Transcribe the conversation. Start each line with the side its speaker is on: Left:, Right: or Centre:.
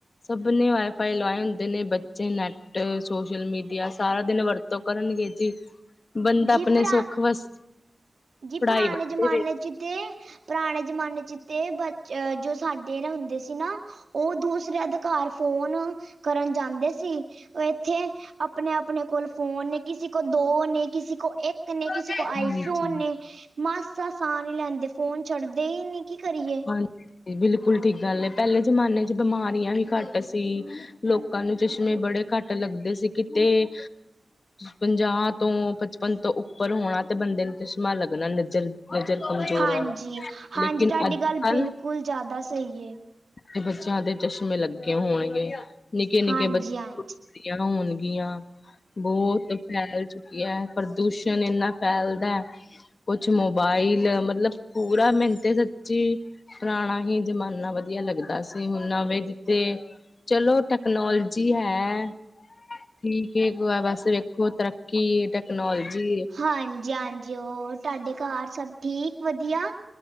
Left: ਸਭ ਨੇ ਵਾ ਫਾਈ ਲਵਾਏ ਹੁੰਦੇ ਨੇ। ਬੱਚੇ ਨੈੱਟ, ਸੋਸ਼ਲ ਮੀਡੀਆ ਸਾਰਾ ਦਿਨ ਵਰਤੋਂ ਕਰਨਗੇ ਜੀ। ਬੰਦਾ
Right: ਜੀ
Left: ਆਪਣੇ
Right: ਭਰਾ
Left: ਸੁੱਖ ਵਸ
Right: ਜੀ
Left: ਪੜ੍ਹਾਈ
Right: ਪਰਾਣੇ
Left: ਵਾਸਤੇ
Right: ਜ਼ਮਾਨੇ
Left: ਵੀ
Right: 'ਚ ਤੇ ਪਰਾਣੇ ਜਮਾਨੇ 'ਚ ਤੇ ਬਚ ਜੋ ਸਾਡੇ ਜੋ ਨਾ ਹੁੰਦੇ ਸੀ ਨਾ ਓ ਦੂਸਰਿਆਂ ਦੇ ਘਾਰ ਫੋਨ ਕਰਨ ਜਾਂਦੇ ਸੀ। ਓ ਏਥੇ ਆਪਣੇ, ਆਪਣੇ ਕੋਲ ਫੋਨ ਨੇ। ਕਿਸੇ ਕੋ ਦੋ ਨੇ, ਕਿਸੇ ਕੋ ਇੱਕ ਕ ਨੇ। ਕਿਸੀ
Left: ਹਾਂਜੀ।
Right: ਕੋ ਆਈ ਫੋਨ ਨੇ ਮਾਸਾ ਸਾਹ ਨੀ ਲੈਂਦੇ। ਫੋਨ ਛੱਡਦੇ ਈ ਨੀ ਕੀ ਕਰੀਏ।
Left: ਹਾਂਜੀ ਬਿਲਕੁਲ ਠੀਕ ਗੱਲ ਏ ਪੇਲੇ ਜਮਾਨੇ 'ਚ ਬਿਮਾਰੀਆਂ ਵੀ ਘੱਟ ਸੀ। ਲੋਕਾਂ ਨੂੰ ਚਸ਼ਮੇ ਬੜੇ ਘੱਟ ਲੱਗਦੇ ਸੀ ਕਿਤੇ- ਪੰਜਾਹ ਤੋਂ ਪਚਪਨ ਤੋਂ ਉੱਪਰ ਹੋਣਾ ਤੇ ਬੰਦੇ ਨੂੰ ਤੇ ਚਸ਼ਮਾਂ ਲੱਗਣਾ ਨਜ਼ਰ- ਨਜ਼ਰ ਕਮਜ਼ੋਰ
Right: ਹਾਂਜੀ
Left: ਹੋਣੀ,
Right: ਹਾਂਜੀ
Left: ਲੇਕਿਨ
Right: ਤੁਹਾਡੀ
Left: ਅੱਜ
Right: ਗੱਲ
Left: ਕੱਲ
Right: ਬਿਲਕੁਲ ਜ਼ਿਆਦਾ ਸਹੀ ਹੈ
Left: ਦ ਬੱਚੇਆਂ ਦੇ ਚਸ਼ਮੇ ਲੱਗੇ ਹੋਏ ਨੇ ਨਿੱਕੇ- ਨਿੱਕੇ
Right: ਹਾਂਜੀ
Left: ਬੱਚ
Right: ਹਾਂਜੀ
Left: ਰੀਆਂ ਹੋਣਗੀਆਂ। ਬੋਤ ਫੈਲ ਚੁੱਕੀ ਆ, ਪ੍ਰਦੂਸ਼ਣ ਏਨਾ ਫੈਲਦਾ ਕੁਛ ਮੋਬਾਈਲ ਮਤਲਬ ਪੂਰਾ ਮਿਨ ਤੇ ਸੱਚੀ ਪੁਰਾਣਾ ਹੀ ਜ਼ਮਾਨਾ ਵਧੀੱਆ ਲੱਗਦਾ ਸੀ ਹੁਣ ਨਵੇਂ ਦਿੱਤੇ ਚਲੋ ਟੈਕਨੋਲਜੀ ਹੈ ਠੀਕ ਏ ਗੋਆ ਵਾਸਤੇ ਵੇਖੋ ਤਰੱਕੀ ਟਕਨੋਲੋਜੀ ਏ
Right: ਹਾਂਜੀ ਹਾਂਜੀ ਹੋਰ ਤੁਹਾਡੇ ਘਰ ਸਭ ਠੀਕ ਵਧੀਆ